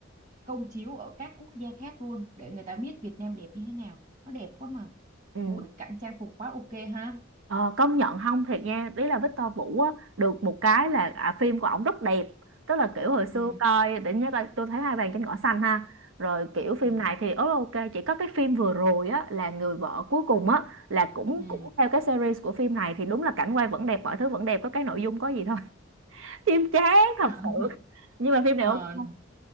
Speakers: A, on the right; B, on the right.
A: công chiếu ở các quốc gia khác luôn để người ta biết Việt Nam đẹp như thế nào nó đẹp quá mà
B: ừ
A: bối cảnh trang phục quá ok ha
B: ờ, công nhận không thiệt nha ý là Victor Vũ á được một cái là à, phim của ổng rất đẹp tức là kiểu hồi xưa
A: ừ
B: coi để nhớ coi tôi thấy hai bàn trên cỏ xanh ha rồi kiểu phim
A: ừ
B: này thì ớ ok chỉ có cái phim vừa rồi á là người vợ cuối cùng á là cũng
A: ừ
B: cũng theo cái series của phim này thì đúng là cảnh quay vẫn đẹp mọi thứ vẫn đẹp có cái nội dung có gì thôi phim chán thật
A: <laughs>
B: sự nhưng mà phim này
A: ờ
B: ok